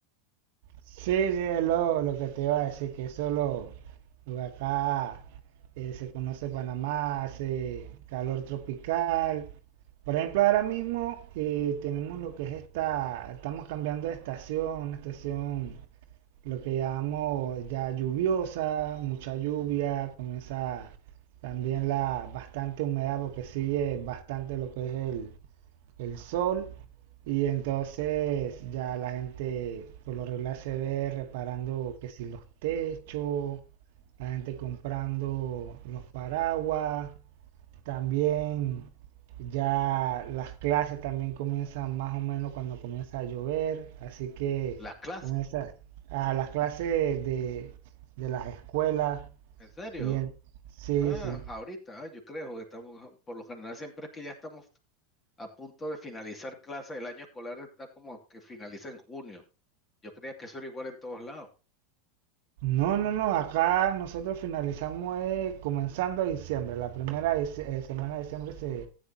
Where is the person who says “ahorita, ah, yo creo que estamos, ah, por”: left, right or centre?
Left